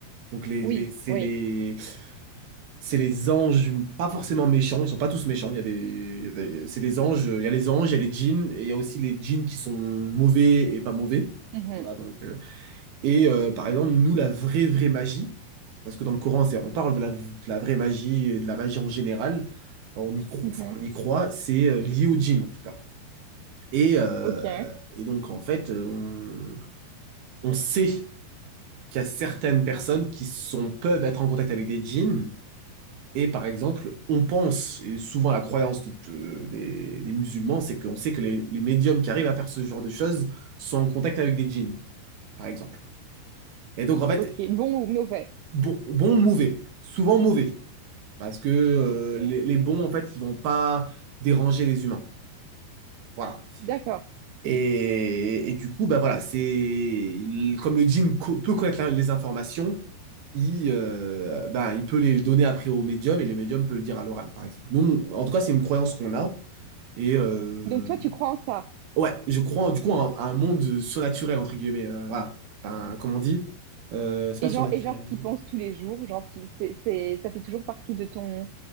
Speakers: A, on the right; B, on the right.
A: Donc, les,
B: Oui,
A: les, c'est
B: oui.
A: les, c'est les anges, pas forcément méchants, ils sont pas tous méchants. Il y a des, il y a des- c'est des anges, il y a les anges, il y a les djinns, et il y a aussi les djinns qui sont mauvais et pas mauvais.
B: Mhm,
A: Voilà, donc. euh, Et euh, par exemple, nous, la vraie, vraie magie, parce que dans le Coran, c'est- on parle de la, de la vraie magie et de la magie en général, euh, on y croit,
B: mhm.
A: enfin, on y croit, c'est euh, lié au djinn en tout cas. Et, euh,
B: Ok,
A: et donc, en fait, euh, on, on sait qu'il y a certaines personnes qui sont, peuvent être en contact avec des djinns. Et par exemple, on pense, et souvent la croyance de- de- des, des musulmans, c'est qu'on sait que les, les médiums qui arrivent à faire ce genre de choses sont en contact avec des djinns, par exemple. Et donc, en fait,
B: ok. Bon ou mauvais?
A: bon, bon ou mauvais. Souvent mauvais. Parce que euh,
B: Ok.
A: les, les bons, en fait, ils vont pas déranger les humains. Voilà.
B: D'accord.
A: Et, et du coup, bah voilà, c'est comme le djinn co- peut connaître la- les informations, il, euh, bah, il peut les donner après au médium et le médium peut le dire à l'oral, par exemple. Nous, en tout cas, c'est une croyance qu'on a. Et euh,
B: Donc toi, tu crois en ça.
A: ouais, je crois du coup à un, à un monde surnaturel, entre guillemets. euh, voilà. Enfin, comme on dit, euh, c'est pas
B: Et
A: surnaturel.
B: genre, et genre, t'y penses tous les jours, genre, t'y- c'est, c'est, ça fait toujours partie de ton,